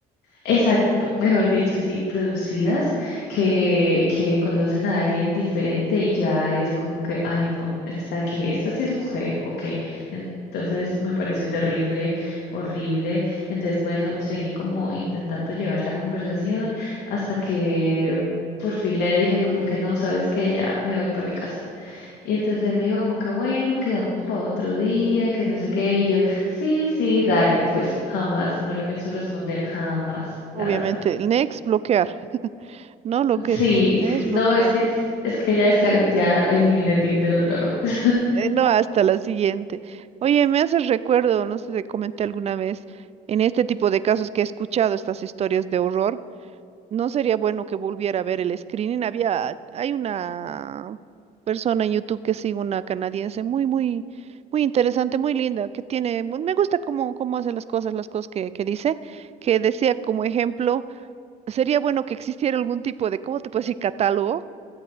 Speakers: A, on the left; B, on the right.
A: Exacto, mejor dicho, sí, producidas que, que conocen a alguien diferente y ya es como que, ay no, esta que, esta sí es mujer o qué. Entonces me pareció terrible, horrible. Entonces, bueno, seguí como intentando llevar la conversación hasta que por fin le dije como que no, sabes que ya me voy para mi casa. Y entonces él me dijo como que bueno, quedamos para otro día, que no sé qué. Y yo, sí, sí, dale, pues jamás, no le pienso responder, jamás,
B: Obviamente,
A: la verdad.
B: el next, bloquear. No lo que
A: Sí,
B: dice, next, bloquear.
A: no, es que, es que ya descargué, ya eliminé Tinder otra vez.
B: Eh, no, hasta la siguiente. Oye, me haces recuerdo, no sé si te comenté alguna vez, en este tipo de casos que he escuchado estas historias de horror, no sería bueno que volviera a ver el screening. Había, hay una persona en YouTube que sigue, una canadiense muy, muy, muy interesante, muy linda, que tiene, me gusta cómo, cómo hace las cosas, las cosas que, que dice, que decía como ejemplo, sería bueno que existiera algún tipo de, ¿cómo te puedo decir? Catálogo